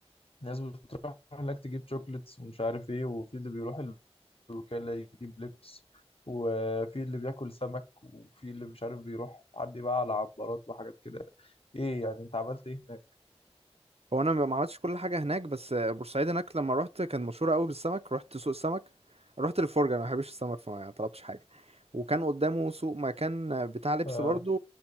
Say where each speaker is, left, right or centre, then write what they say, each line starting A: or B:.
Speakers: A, on the left; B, on the right.
A: الناس بتروح هناك تجيب شوكليتس ومش عارف ايه وفي اللي بيروح وكان لا يجيب لبس وفي اللي بياكل سمك وفي اللي مش عارف بيروح عندي بقى على عبارات وحاجات كده ايه يعني انت عملت ايه هناك
B: هو انا ما عملتش كل حاجه هناك بس بورسعيد هناك لما رحت كان مشهوره قوي بالسمك رحت سوق السمك رحت للفرجه انا ما بحبش السمك فما طلبتش حاجه وكان قدامه سوق مكان بتاع لبس
A: آه.
B: برضو